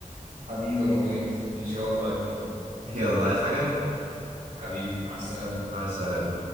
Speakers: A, on the right; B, on the right.
A: حبيبي يا ابو حميد ان شاء الله يا كبير
B: يلا عايز حاجة
A: حبيبي مع السلامه
B: مع السلامة